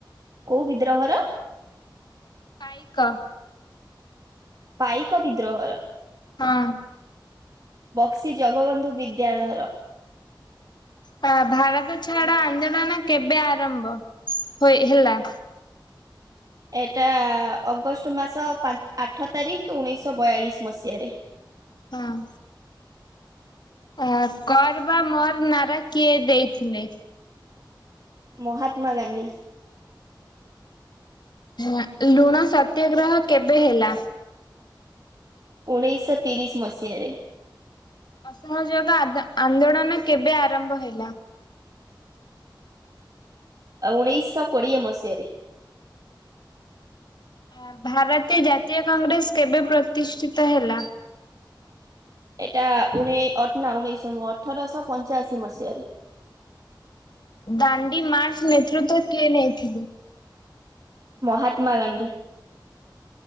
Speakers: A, on the right; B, on the left.
A: କୋଉ ବିଦ୍ରୋହର?
B: ପାଇକ।
A: ପାଇକ ବିଦ୍ରୋହର।
B: ହଁ।
A: ବକ୍ସି ଜଗବନ୍ଧୁ ବିଦ୍ୟାଳୟ ର।
B: ପା ଭାରତ ଛାଡ ଆନ୍ଦୋଳନ କେବେ ଆରମ୍ଭ ହୋଇ ହେଲା?
A: ଏଟା ଅଗଷ୍ଟ ମାସ ପା ଆଠ ତାରିଖ ଉଣେଇଶ ବୟାଳିଶ ମସିହାରେ।
B: ହଁ। ଅ କର ବା ମର ନାରା କିଏ ଦେଇଥିଲେ?
A: ମହାତ୍ମାଗାନ୍ଧୀ।
B: ନୂଆ ଲୁଣ ସତ୍ୟଗ୍ରହ କେବେ ହେଲା?
A: ଉଣେଇଶତିରିଶ ମସିହାରେ।
B: ଅସହଯୋଗ ଆଦ-ଆନ୍ଦୋଳନ କେବେ ଆରମ୍ଭ ହେଲା?
A: ଆ ଉଣେଇଶ କୋଡିଏ ମସିହାରେ।
B: ଆ ଭାରତୀୟ ଜାତୀୟ କଂଗ୍ରେସ କେବେ ପ୍ରତିଷ୍ଠିତ ହେଲା?
A: ଏଇଟା ଉଣେଇ ନାଁ ଉଣେଇଶହ ନୁହଁ ଅଠରଶହ ପଞ୍ଚାଅଶୀ ମସିହାରେ।
B: ଦାଣ୍ଡିୀ ମାର୍ସ ନେତୃତ୍ୱ କିଏ ନେଇଥିବେ?
A: ମହାତ୍ମାଗାନ୍ଧୀ।